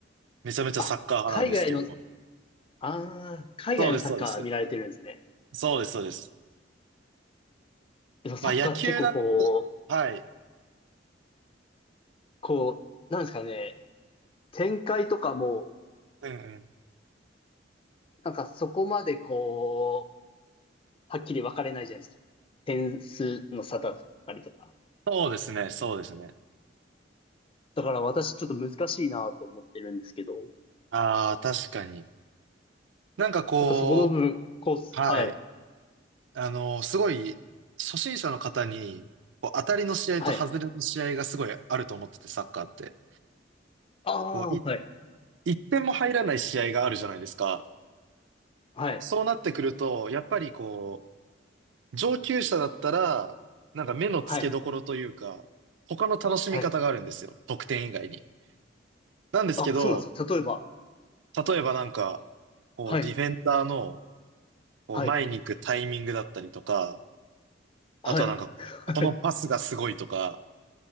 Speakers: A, on the right; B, on the left.
A: めちゃめちゃサッカー派なんですけど、
B: あ、海外の、ああ、海外のサッカー見られてるんですね。
A: そうです、そうです。そうです、そうです。
B: でもサッカーって結構こう、
A: まあ野球だった、はい。
B: こう、なんですかね、展開とかも、
A: うんうん。
B: なんかそこまでこう、はっきり分かれないじゃないですか。点数の差だったりとか。
A: そうですね、そうですね。
B: だから私ちょっと難しいなと思ってるんですけど。
A: ああ、確かに。なんかこ
B: なんかそこの部分、コース。
A: う、はい。
B: はい。
A: あの、すごい、初心者の方に、こう、当たりの試合と外れの試合がすごいあると思ってて、
B: はい。
A: サッカーって。
B: ああ、
A: こう、い、
B: はい。
A: 一点も入らない試合があるじゃないですか。
B: はい。
A: そうなってくると、やっぱりこう、上級者だったら、なんか目の付けどころというか、
B: はい。
A: 他の楽しみ方があるんですよ。
B: はい。
A: 得点以外に。なんですけど、
B: あ、そうなんですか。例えば。
A: 例えばなんか、こう、
B: はい。
A: ディフェンダーの、こう、
B: はい。
A: 前に行くタイミングだったりとか、
B: はい。
A: あとはなんか、このパスがすごいとか、
B: はい。